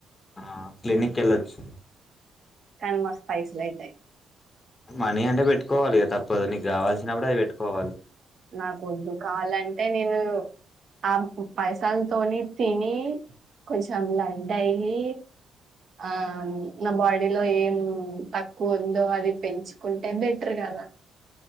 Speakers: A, on the left (about 25°); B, on the right (about 50°).
A: ఆ క్లినిక్ వెళ్ళోచ్చు
B: కానీ మస్తు పైసలు అయితాయి
A: మనీ అంటే పెట్టుకోవాలి కదా తప్పదు నీకు కావాల్సినప్పుడు అవి పెట్టుకోవాలి
B: నాకు వద్దు కావాలంటే నేను ఆ పైసాలతోని తిని కొంచం లడ్డయ్యి ఆ నా బాడీలో ఏం తక్కువ ఉందో అది పెంచుకుంటే బెటర్ కదా